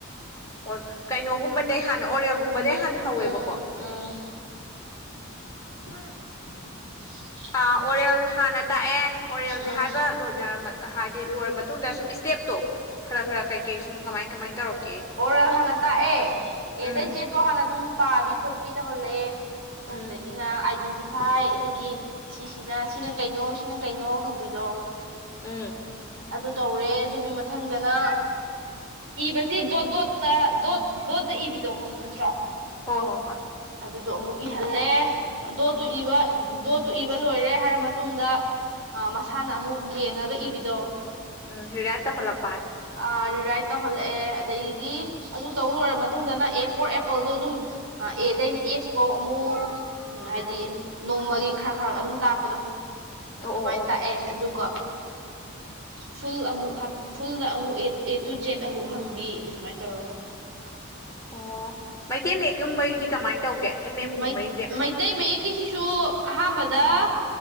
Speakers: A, on the left (about 15°); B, on the right (about 65°).
A: ꯑꯣ ꯀꯩꯅꯣꯒꯨꯝꯕꯗꯩ ꯍꯥꯟꯅ ꯑꯣꯔꯦꯜꯒꯨꯝꯕꯗꯩ ꯍꯥꯟꯅ ꯍꯧꯋꯦꯕꯀꯣ
B: ꯎꯝ ꯎꯝ <unintelligible>
A: ꯑ ꯑꯣꯔꯦꯜ ꯍꯥꯟꯅ ꯇꯥꯛꯑꯦ ꯑꯣꯔꯦꯜꯁꯦ
B: ꯎꯝ
A: ꯍꯥꯏꯕ ꯂꯣꯏ ꯍꯥꯏꯗꯤ ꯂꯣꯏꯔ ꯃꯇꯨꯡꯗ ꯁꯨꯝ ꯏꯁꯇꯦꯞꯇꯣ ꯈꯔ ꯈꯔ ꯀꯩ ꯀꯩ ꯁꯨꯝ ꯀꯃꯥꯏ ꯀꯃꯥꯏ ꯇꯧꯔꯛ
B: ꯑꯣꯔꯦꯜ ꯍꯥꯟꯅ ꯇꯥꯛꯑꯦ
A: ꯎꯝ
B: ꯑꯦꯗꯩ ꯌꯦꯖꯠꯄꯥꯎ ꯍꯥꯟꯅ ꯑꯗꯨꯝ ꯄꯥꯕꯤ ꯈꯣꯠꯄꯤ ꯇꯧꯍꯜꯂꯦ ꯃꯊꯪꯗꯒꯤ
A: ꯎꯝ
B: ꯅ ꯑꯥꯏꯗꯦꯟꯇꯤꯐꯥꯏ ꯍꯥꯏꯗꯤ ꯁꯤꯁꯤꯅ ꯁꯤꯅ ꯀꯩꯅꯣ ꯁꯤꯅ ꯀꯩꯅꯣ ꯍꯪꯕꯤꯗꯣ
A: ꯎꯝ
B: ꯑꯗꯨ ꯇꯧꯔꯦ ꯑꯗꯨꯒꯤ ꯃꯊꯪꯗꯅ ꯏꯕ ꯁꯤ ꯗꯣꯠ ꯗꯣꯠꯇ ꯗꯣꯠ ꯗꯣꯠꯇ ꯏꯕꯤꯗꯣ ꯈꯪꯕ ꯅꯠꯇ꯭ꯔꯣ
A: ꯍꯣꯏ ꯍꯣꯏ ꯍꯣꯏ
B: ꯑꯗꯨꯗꯣ ꯑꯃꯨꯛ ꯏꯍꯜꯂꯦ ꯗꯣꯠꯇꯨ ꯏꯕ ꯗꯣꯠꯇꯨ ꯏꯕ ꯂꯣꯏꯔꯦ ꯍꯥꯏꯔ ꯃꯇꯨꯡꯗ ꯑ ꯃꯁꯥꯅ ꯑꯃꯨꯛ ꯌꯦꯡꯉꯒ ꯏꯕꯤꯗꯣ
A: ꯎꯝ ꯔꯤꯔꯥꯏꯠ ꯇꯧꯍꯜꯂꯛ
B: ꯑ ꯔꯤꯔꯥꯏꯠ ꯇꯧꯍꯜꯂꯛꯑꯦ ꯑꯗꯒꯤ ꯑꯗꯨ ꯇꯧ ꯂꯣꯏꯔ ꯃꯇꯨꯡꯗꯅ ꯑꯦ ꯐꯣꯔ ꯑꯦꯄꯜꯗꯣ ꯑꯗꯨꯝ ꯑ ꯑꯦꯗꯩꯅꯦ ꯑꯦꯐ ꯐꯧ ꯑꯃꯨꯛ ꯎꯝ ꯍꯥꯏꯗꯤ ꯅꯣꯡꯃꯒꯤ ꯈꯔ ꯈꯔ ꯑꯗꯨꯝ ꯇꯥꯛꯄꯗꯣ ꯑꯗꯨꯃꯥꯏꯅ
A: ꯑꯣ ꯑꯣ
B: ꯇꯥꯛꯑꯦ ꯑꯗꯨꯒꯣ ꯐꯨꯜ ꯑꯃꯨꯛ ꯐꯨꯜ ꯑꯃꯨꯛ ꯑꯦ ꯇꯨ ꯖꯦꯠ ꯑꯃꯨꯛ ꯍꯪꯕꯤ ꯑꯗꯨꯃꯥꯏꯅ ꯇꯧꯔꯒ
A: ꯑꯣ ꯃꯩꯇꯩ ꯃꯌꯦꯛꯀꯨꯝꯕꯒꯤꯗꯤ ꯀꯃꯥꯏꯅ ꯇꯧꯒꯦ ꯑꯦꯝ ꯑꯦꯝꯒꯨꯝꯕꯒꯤꯗꯤ
B: ꯃꯩ ꯃꯩꯇꯩ ꯃꯌꯦꯛ ꯀꯤꯁꯤꯁꯨꯨ ꯑꯍꯥꯥꯟꯕꯗ